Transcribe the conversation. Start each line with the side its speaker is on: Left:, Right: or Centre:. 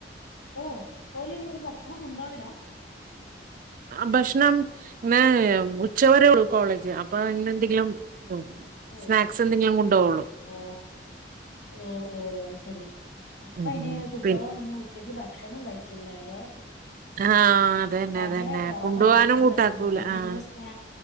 Left: ഓ ഓല് ഭക്ഷണം കെണ്ടോവലാ
Right: ആ ഭക്ഷണം ഇങ്ങനെ ഉച്ചവരെേ ഉള്ളു കോളേജ് അപ്പൊ ഇങ്ങനെ എന്തെങ്കിലും ഉ
Left: ഓ
Right: സ്നാക്സ് എന്തെങ്കിലും കൊണ്ടപോകള്ളൂ
Left: ഓ ഓ ഓ അയ് ശരി ഇപ്പ
Right: ഉം
Left: അതിന്
Right: ഉം
Left: കുട്ടോള
Right: പിൻ
Left: ഒന്ന് ഉച്ചക്ക് ഭക്ഷണം കഴിക്ക ഇല്ല ലെ
Right: ആഹ് അതന്നെ
Left: ഭയങ്കര
Right: അതന്നെ
Left: കുറവാ
Right: കൊണ്ടുപോവാനും
Left: ഭക്ഷണം
Right: കൂട്ടാക്കൂല
Left: കഴിക്കുന്നു എന്തെങ്കിലും
Right: ആഹ്
Left: സ്